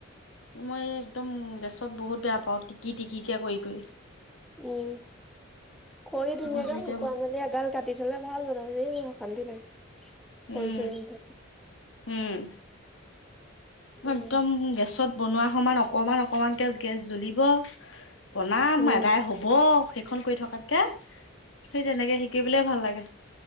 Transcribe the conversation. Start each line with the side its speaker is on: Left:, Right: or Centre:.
Left: মই একদম গেছত বহুত বেয়া পাওঁ টিকি টিকিকে কৰি-কৰি।
Centre: উম, খৰি ধুনীয়াকে
Left: মই জুইতে
Centre: শুকুৱাই মেলি এগাল কাটি থলে ভাল হল। অশান্তি লাগে
Left: উম
Centre: কৰি চৰি নথাকে
Left: উম, মই
Centre: উম
Left: একদম গেছত বনোৱা সমান অকণমান-অকণমানকৈ গেছ জ্বলিব বনাম
Centre: উম
Left: আদাই হ'ব। সেইখন কৰি থকাতকে সেই তেনেকে শিকি পেলাই ভাল লাগে।